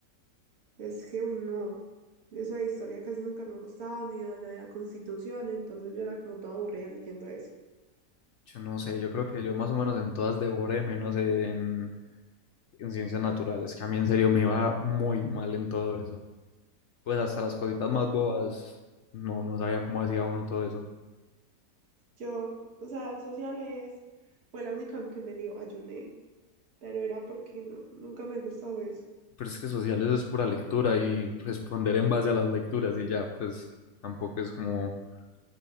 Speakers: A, on the right; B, on the left.
A: Es que, uy, no, eso de historia casi nunca me ha gustado, ni de la de la Constitución, entonces yo era como toda aburrida leyendo eso.
B: Yo no sé, yo creo que yo más o menos en todas devoré, menos en, en ciencias naturales, que a mí en serio me iba muy mal en todo eso. Pues hasta las cositas más bobas, no, no sabía cómo hacía uno todo eso.
A: Yo, o sea, en sociales fue la única que medio ayuné, pero era porque no, nunca me gustaba eso.
B: Pero es que sociales es pura lectura y responder en base a las lecturas y ya, pues tampoco es como que